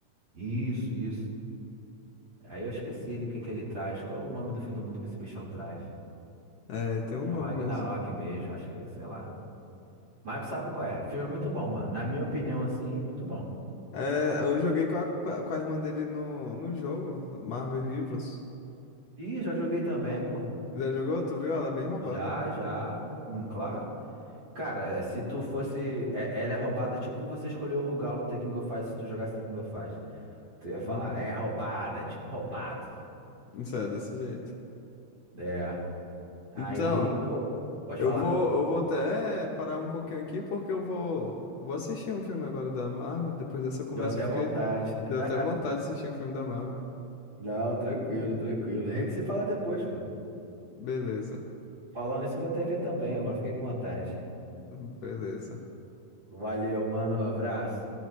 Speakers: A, on the right; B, on the left.
A: Isso, isso. Aí eu esqueci do que que ele traz. Qual é o nome do fim do mundo que esse bichão traz?
B: É, tem um nome
A: É o Ragnarok
B: mesmo.
A: mesmo. Acho que, sei lá. Mas tu sabe qual é. Filme muito bom, mano. Na minha opinião, assim, muito bom.
B: É, eu joguei com a, com a irmã dele no, no jogo, Marvel Rivals.
A: Ih, já joguei também, pô.
B: Já jogou? Tu viu? Ela é bem roubada.
A: Já, já. Hum, claro. Cara, é, se tu fosse. é- ela é roubada, tipo você escolheu o Rugal no Tekken Go Fight se tu jogasse Tekken Go Fight. Tu ia falar,
B: Uhum.
A: é roubada, é tipo roubado.
B: Isso é desse jeito.
A: É. Aí,
B: Então,
A: pô, pode
B: eu
A: falar.
B: vou, eu vou até parar um pouquinho aqui porque eu vou, vou assistir um filme agora da Marvel. Depois dessa conversa,
A: Deu até
B: eu fiquei.
A: vontade.
B: Deu
A: <laughs>
B: até vontade de assistir um filme da Marvel.
A: Não, tranquilo, tranquilo. A gente se fala depois, pô.
B: Beleza,
A: Falando nisso, eu vou até ver também. Agora fiquei com vontade.
B: beleza.
A: Valeu, mano. Abraço.